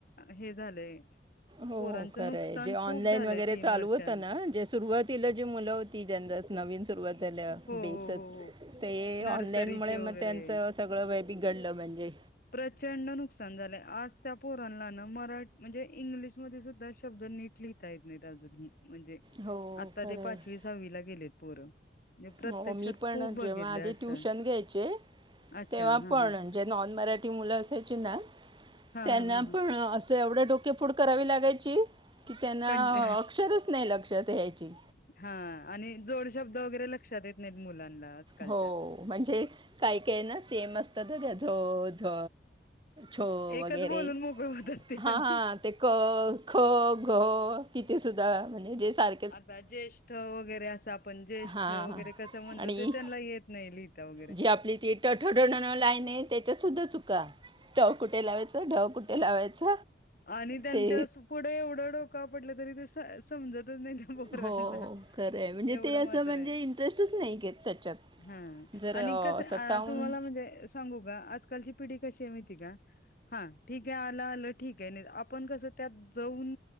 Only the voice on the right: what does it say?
हो
खरं
हाय जे
ऑनलाईन
वगैरे
चालू
होतं ना जे सुरुवात तिला जी मुलं होती ज्यांचा नवीन सुरुवात झाल्या
बेसच
ते
ऑनलाईन मुळे
मग त्यांच सगळं वे बिघडलं म्हणजे
हो
खरं
आहे
हो हो मी पण
जेव्हा आधी
ट्युशन घ्यायचे
तेव्हा
पण
जे नॉन मराठी मुलं असायची ना
त्यांना
पण अस स तर एवढं डोके फूड करावी लागायची की त्यांना
अक्षरच नाय लक्षात यायची
हो म्हणजे काय काय ना सेम असतं तर या जो ज छो
वगैरे
हा
हा. ते क ख ग तिथे सुध्दा म्हणजे सार
हां
आणि
जी आपली ती टठ <unintelligible> लाईन आहे त्याच्यात सुद्धा चुक का ट कुठे लावायच ढ कुठे लावायच
ते
हो खरं आहे म्हणजे
ते असं
म्हणजे
इंटरेस्टच नाही घेत त्याच्यात
जर
अं,
स्वतःहून